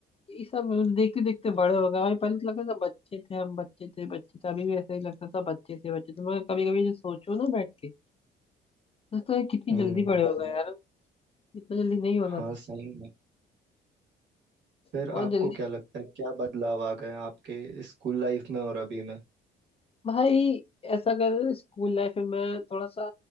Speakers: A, on the left (about 30°); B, on the right (about 60°).
A: ये सब देखते देखते बड़े हो गए भाई पहले तो लगता था बच्चे थे हम बच्चे थे बच्चे थे अभी भी ऐसा ही लगता था बच्चे थे बच्चे थे मगर कभी कभी जो सोचो ना बैठ के तो लगता है कितनी
B: हम्म
A: जल्दी बड़े हो गए यार इतना जल्दी नहीं होना
B: हाँ
A: था
B: सही में फिर
A: बहुत
B: आपको
A: जल्दी
B: क्या लगता है क्या बदलाव आ गए आपके स्कूल लाइफ में और अभी में
A: भाई ऐसा कर रहे, स्कूल लाइफ में मैं थोड़ा सा